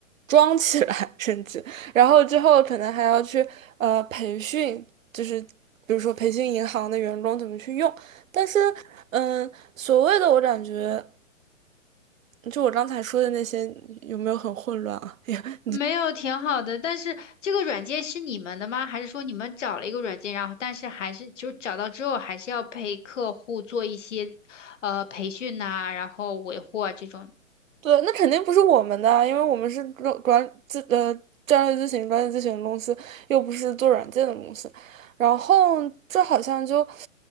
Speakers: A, on the right; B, on the left.
A: 装起来，甚至。然后之后可能还要去呃培训，就是比如说培训银行的员工怎么去用。但是，嗯，所谓的我感觉，就我刚才说的那些，有没有很混乱啊？<laughs>
B: 没有，挺好的。但是这个软件是你们的吗？还是说你们找了一个软件，然后但是还是就找到之后还是要陪客户做一些呃培训呐、然后维护啊这种
A: 对，那肯定不是我们的啊因为我们是专管咨呃战略咨询、专业咨询的公司，又不是做软件的公司。然后这好像就，